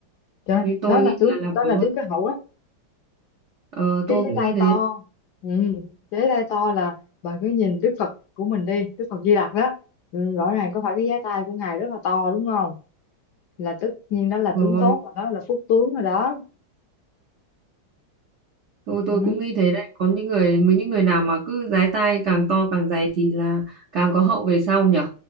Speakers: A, on the left; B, on the right.
A: Đó,
B: như tôi
A: đó là
B: nghĩ
A: tướng
B: là là
A: đó
B: có
A: là tướng cái hậu đó
B: ờ,
A: cái
B: tôi
A: giấy
B: cũng
A: tay
B: nghĩ thế
A: to ừ. giấy tay to là bà cứ nhìn Đức Phật của mình đi Đức Phật Di Lặc đó ừ. rõ ràng có phải cái giấy tay của ngài rất là to đúng không là tất nhiên đó là
B: rồi
A: tướng tốt rồi đó là phúc tướng rồi đó
B: tôi tôi
A: ừ.
B: cũng nghĩ thế đấy có những người những người nào mà cứ dái tai càng to càng dày thì là càng có hậu về sau nhở